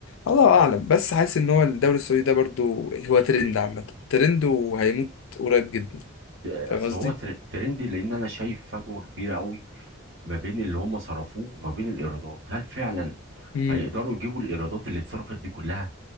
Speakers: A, on the left (about 75°); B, on the right (about 60°).
A: الله اعلم بس حاسس ان هو الدوري السعودي ده برضو هو ترند عامه ترند وهيموت قريب جدا
B: بس
A: فاهم قصدي
B: هو تر- ترند لان انا شايف فجوه كبيره قوي ما بين اللي هم صرفوه وما بين الايرادات هل فعلا
A: مم.
B: هيقدروا يجيبوا الايرادات اللي اتصرفت دي كلها